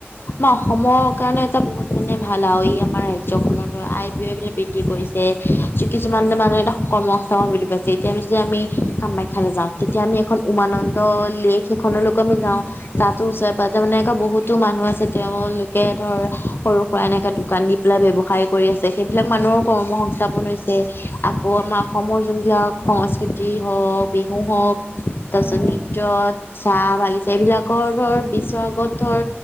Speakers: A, on the left; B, on the right.
A: আমাৰ অসমৰ কাৰণে এটা বহুত মানে ভাল আৰু ই আমাৰ ৰাজ্য আই ব্যয় বিলাক বৃদ্ধি কৰিছে
B: <unintelligible>
A: কিছুমান মানুহ এটা কৰ্মস্থাপন বুলি পাইছে এতিয়া আমি যদি আমি কামাখ্যালে যাওঁ তেতিয়া আমি এখন উমানন্দ লেক এখন লৈকো
B: উম
A: আমি যাওঁ তাতো
B: উম
A: ওচৰে পাজৰে মানে এনেকোৱা বহুতো মানুহ আছে তেওঁলোকে ধৰ সৰু এনেকা দোকান দি পেলাই ব্যৱসায় কৰি আছে সেইবিলাক মানুহৰ কৰ্ম সংস্থাপন হৈছে আকৌ আমাৰ অসমৰ যোন বিলাক সংস্কৃতিয়ে হওক বিহু হওক
B: উম
A: তাৰ পাছত
B: অঁ
A: পিছত নিত্ৰ চাহ বাগিচা এইবিলাকৰ ধৰ বিশ্বৰ আগত ধৰ